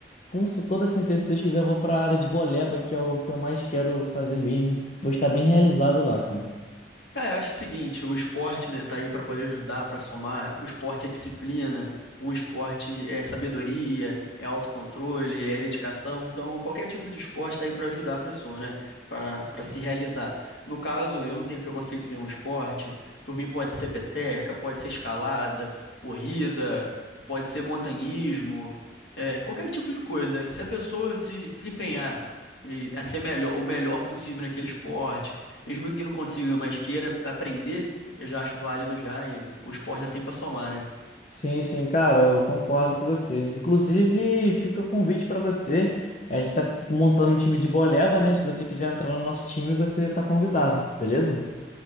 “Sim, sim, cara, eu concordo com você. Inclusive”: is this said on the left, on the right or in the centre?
Left